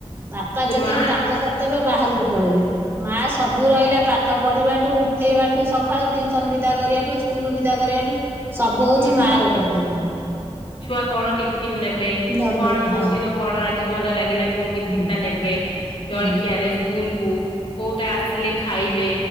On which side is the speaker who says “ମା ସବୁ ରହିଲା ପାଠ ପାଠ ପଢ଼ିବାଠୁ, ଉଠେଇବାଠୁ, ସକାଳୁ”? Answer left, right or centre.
Right